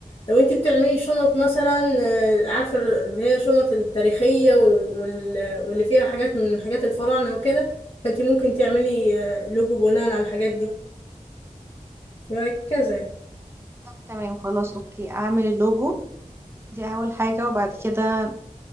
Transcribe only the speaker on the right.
طب تمام خلاص اوكي اعمل اللوجو دي اول حاجة وبعد كده